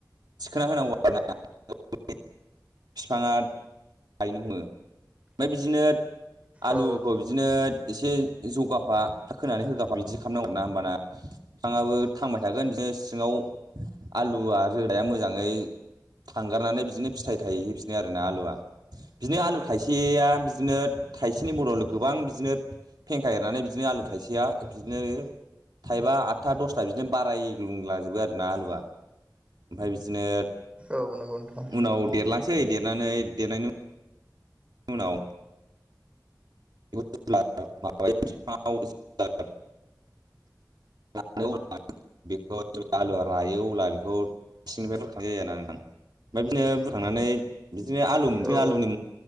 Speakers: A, on the right; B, on the right.
A: थिखोना होनांगौ आरोना <unintelligible> बिफाङा गायनो हमो ओमफाय बिदिनो आलुखौ
B: औ
A: बिदिनो एसे जगाफा खोनानै होगाफा बिदि खालामनांगौ ना होमबाना बिफाङाबो थांबाय थागोन बिदिनो सिङाव आलुआ रोदाया मोजाङै थांगारनानै बिदिनो फिथाइ थायहै हैफिनो आरो आलुआ बिदिनो आलु थाइसेया बिदिनो थाइसेनि बदल गोबां बिदिनो फेंखा एरनानै बिदिनो आलु थायसेआ बिदिनो थांबाय आटथा दसथा बि बाराय ग्लुंलाजोबो आरोना आलुवा ओमफाय बिदिनो
B: औ नंगौ नोंथां
A: उनाव देरलांसै देरनानै देरनायनि उनाव म <unintelligible> न <unintelligible> बेखौ जे आलुआ रायो अब्ला बेखौ सिंनिफ्राय बुरखांनाय जायो आरोना नोंथां ओमफ्राय बिदिनो बुरखांनानै बिदिनो आलु मोनसे
B: औ औ
A: आलुनि